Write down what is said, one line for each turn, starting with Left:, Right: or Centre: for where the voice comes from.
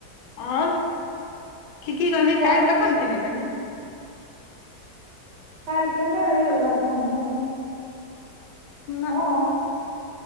Left: ओर की की कहली
Right: कहलियौ
Left: काल्हि कखन खेने रही
Right: काल्हि केयने रहियौ
Left: कखन
Right: एक बार फोन तबऽ हम
Left: न
Right: हाँ